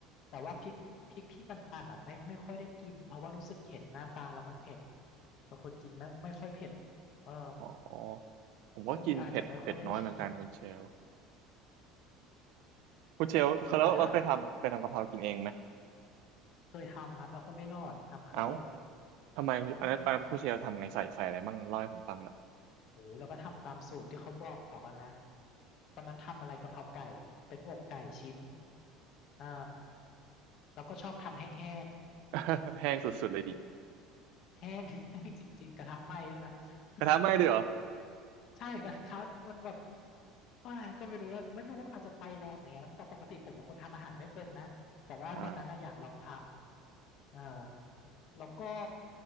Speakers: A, on the left; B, on the right.
A: แต่ว่าพริกพริกที่ปั่นๆอ่ะไม่ไม่ค่อยได้กินเพราะว่ารู้สึกเห็นหน้าตาแล้วมันเผ็ดบางคนกินไม่ไม่ค่อยเผ็ดเออ
B: อ๋อผมก็กินเผ็ดเผ็ดน้อยเหมือนกันคุณเชล
A: ก็เลยอาจจะไม่ค่อยได้ชิม
B: คุณเชลเคยแล้วเราเคยทำเคยทำกะเพรากินเองไหม
A: แต่ถ้าเคยทำครับแล้วก็ไม่รอดทำครั้งเดียวเอง
B: เอ้าทำไมคุณอันนั้นอันนั้นคุณเชลทำไงใส่ใส่อะไรมั่งเล่าให้ผมฟังหน่อย
A: อืมโอ้ยแล้วก็ทำตามสูตรที่เขาบอกอะนะตอนนั้นทำอะไรกะเพราไก่เป็นอกไก่ชิ้นเออ แล้วก็ชอบทำแห้ง
B: <laughs> แห้งสุดๆเลยดิ
A: ๆแห้ง <laughs> แห้ง <laughs> จริงๆกระทะไหม้ด้วยนะ <laughs>
B: กระทะไหม้ด้วยเหรอ
A: ใช่กระทะมันแบบโอ้ยก็ไม่รู้แล้วไม่รู้อาจจะไฟแรงหรือไงนะแต่ปกติผมเป็นคนทำอาหารไม่เป็นนะแต่ว่าวันนั้นนะอยากลองท
B: <laughs> อ่า
A: ำเออแล้วก็